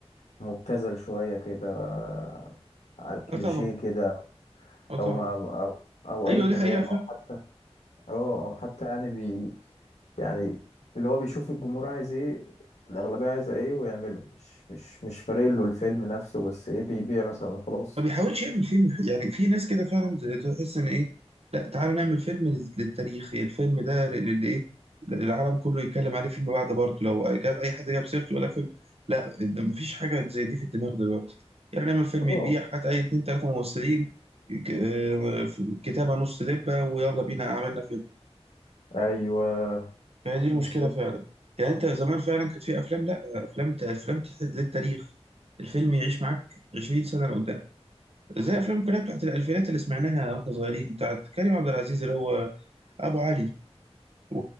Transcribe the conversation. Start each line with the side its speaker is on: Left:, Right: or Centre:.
Left: مبتذل شوية كده آه، على الكليشيه
Right: أه طبعا
Left: كده
Right: أه
Left: أو
Right: طبعا
Left: ما أو, أو
Right: أيوه
Left: أي كلام
Right: دي حقيقة فاهم
Left: أو حتى أه أو حتى يعني بي يعني اللي هو بيشوف الجمهور عايز إيه الأغلبية عايزة إيه ويعمله مش مش مش فارق له الفيلم نفسه بس إيه بيبيع مثلا وخلاص
Right: ما بيحاولش يعمل فيلم ح- يعني في ناس كده فعلا ز- تحس ان ايه لا تعالوا نعمل فيلم لل- للتاريخ الفيلم ده للايه العالم كله يتكلم عليه فيما بعد برضه لو جاء اي حد جاب سيرته ولا فيلم لا ده مفيش حاجه زي دي في الدماغ دلوقتي يعني نعمل فيلم يبيع
Left: اه
Right: حتى اي اتنين تلاته ممثلين ك- آه، في- كتابه نص لبه ويلا بينا عملنا فيلم
Left: أيوه
Right: فهي دي المشكله
Left: بالظبط
Right: فعلا يعني انت زمان فعلا كانت في افلام لا افلام افلام للتاريخ الفيلم يعيش معاك 20 سنه لقدام زي افلام كلها بتاعت الالفينات اللي سمعناها واحنا صغيرين بتاعت كريم عبد العزيز اللي هو ابو علي و...